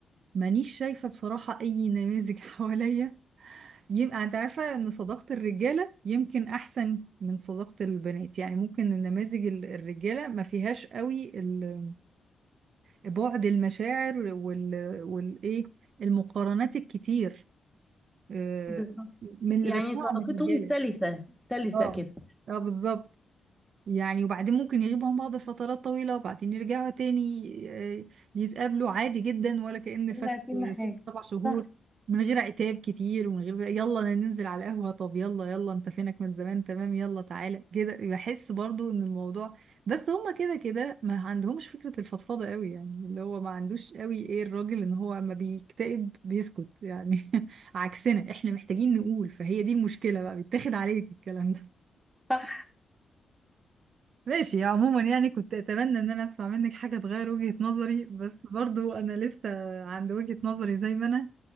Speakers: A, on the right; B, in the centre.
A: مانيش شايفه بصراحه اي نماذج <laughs> حواليا يبقى انت عارفة ان صداقة الرجالة يمكن احسن من صداقة البنات يعني ممكن النماذج ال- الرجالة ما فيهاش قوي ال- بعد المشاعر وال والايه المقارنات الكتير آه،
B: بالظبط
A: من اللي
B: يعني
A: بسمعه
B: صداقتهم
A: من الرجالة
B: سلسة سلسة
A: اه
B: كده
A: اه بالظبط يعني وبعدين ممكن يغيبوا عن بعض فترات طويلة وبعدين يرجعوا تاني آه، يتقابلوا عادي جدا ولا كأن
B: ولا
A: فات
B: كأن حاجة
A: ست سبع شهور
B: صح
A: من غير عتاب كتير ومن غير يلا ننزل على القهوة طب يلا يلا انت فينك من زمان تمام يلا تعالى كده بحس برضو ان الموضوع بس هما كده كده ما عندهمش فكرة الفضفضة قوي يعني اللي هو ما عندوش قوي ايه الراجل ان هو اما بيكتئب بيسكت يعني <laughs> عكسنا احنا محتاجين نقول فهي دي المشكلة بقى بيتاخد عليك الكلام
B: صح
A: ماشي عموما يعني كنت اتمنى ان انا اسمع منك حاجة تغير وجهة نظري بس برضو انا لسه عند وجهة نظري زي ما انا